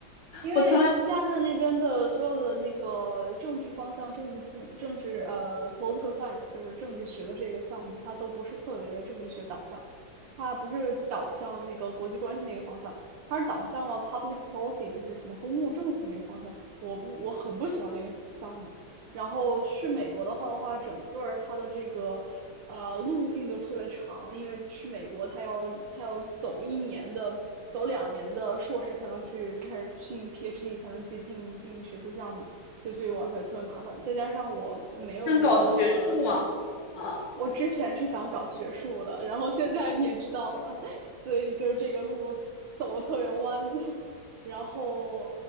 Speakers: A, on the right; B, on the left.
A: 因为加拿大那边的所有的那个政治方向、
B: 我从来
A: 政治经、政治呃 political science，就是政治学的这个项目，它都不是特别的政治学导向，它不是导向那个国际关系那个方向，它是导向了 public policy，就是什么公共政策那个方向。我不，我很不喜欢那个项目，然后去美国的话的话，整个儿它的这个呃路径就特别长，因为去美国它要它要走一年的，走两年的硕士才能去开始进 PhD，才能去进进学术项目，所以对于我来说也特别麻烦。再加上我没有那个，
B: 不想搞学术啊。啊
A: 我之前是想搞学术的，然后现在你也知道了，<laughs> 所以就是这个路走的特别弯。<laughs> 然后，